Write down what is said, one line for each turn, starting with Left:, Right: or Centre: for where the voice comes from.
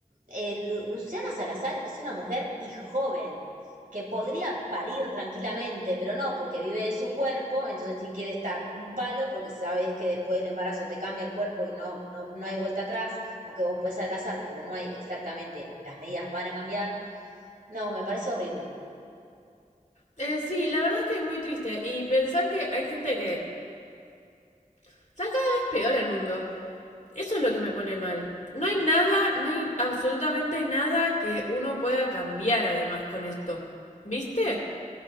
Right: eh, Lu- Luciana Salazar es una mujer y joven, que podría parir tranquilamente, pero no, porque vive de su cuerpo, entonces si quiere estar un palo, porque sabes que después del embarazo te cambia el cuerpo y no, no, no hay vuelta atrás, aunque vos puedes adelgazar, pero no hay exactamente, las medidas van a cambiar. No, me parece horrible.
Left: Eh, sí, la verdad es que es muy triste. Y pensar que hay gente que está cada vez peor el mundo. Eso es lo que me pone mal. No hay nada, no hay absolutamente nada que uno pueda cambiar además con esto. ¿Viste?